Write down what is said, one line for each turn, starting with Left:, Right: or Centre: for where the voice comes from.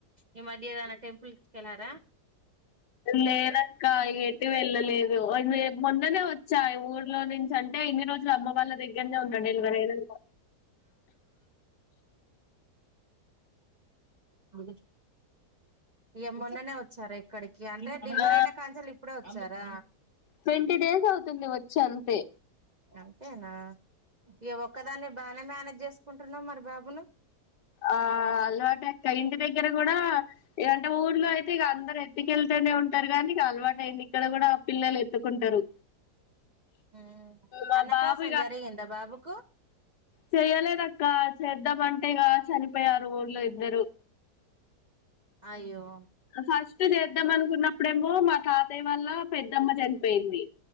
Right: ఈ మధ్యదన టెంపుల్స్కెల్లారా
Left: లేదక్క ఇగ ఎటు వెళ్ళలేదు ఒందు చెప్ మొన్ననే వచ్చా ఊర్లో నుంచి అంటే ఇన్ని రోజ్ అమ్మ వాళ్ళ దగ్గరనే ఉన్న డెలివర్ అయినంకా
Right: హు ఇగ మోన్ననే వచ్చారా ఇక్కడికి కీ అంటే డెలివర్
Left: ఆ
Right: అయినా కాంచెల్ ఇప్పుడే వచ్చారా
Left: ట్వంటీ డేస్ అవుతుంది వచ్చి అంతే
Right: అంతేనా ఇ ఒక్కదాన్ని బానే మేనేజ్ చేసుకుంటున్నావు మరి బాబును
Left: ఆ అలవాటక్క ఇంటి దగ్గర కూడా ఏదంటే ఊర్లో అయితే ఇక అందరు ఎత్ కెళ్తేనే ఉంటారు గానీ అలవాటు అయింది ఇక్కడ కూడా పిల్లలు ఎత్తుకుంటారు
Right: ఉ
Left: మా
Right: అన్నప్రాసన్నా
Left: బాబు
Right: జారేగిందా బాబుకు
Left: చెయలేదక్క చేద్దామంటేగా చనిపోయారు ఊర్లో ఇద్దరు
Right: అయ్యో
Left: ఫస్ట్ చేద్దాం అనుకున్నప్పుడేమో మా తాతయ్య వల్ల పెద్దమ్మ చనిపోయింది